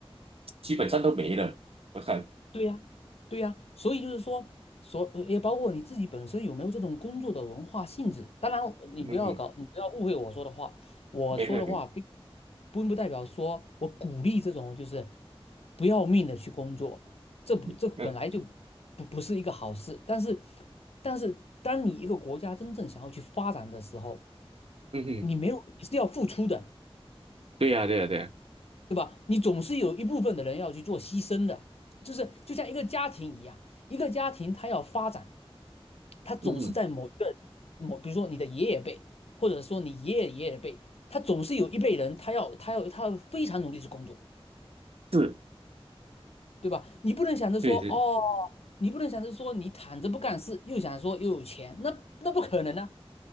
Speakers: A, on the right; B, on the left.
A: 基本上都没了。我看，
B: 对呀。对呀，所以就是说，所呃也包括你自己本身有没有这种工作的文化性质。当然，你不要搞，
A: 嗯哼，
B: 你不要误会我说的话。我说的话并
A: 没了，
B: 并不代表说我鼓励这种就是不要命的去工作，这不这本来就
A: 没了
B: 不不是一个好事。但是，但是当你一个国家真正想要去发展的时候，
A: 嗯嗯哼，
B: 你没有你是要付出的，
A: 对呀、对呀、对呀、
B: 对吧？你总是有一部分的人要去做牺牲的，就是就像一个家庭一样，一个家庭它要发展。他总是在某一个某，
A: 嗯哼，
B: 比如说你的爷爷辈，或者说你爷爷爷爷辈，他总是有一辈人，他要他要他要非常努力去工作，
A: 是，
B: 对吧？你不能想着说哦，
A: 对对
B: 你不能想着说你躺着不干事，又想说又有钱，那那不可能啊。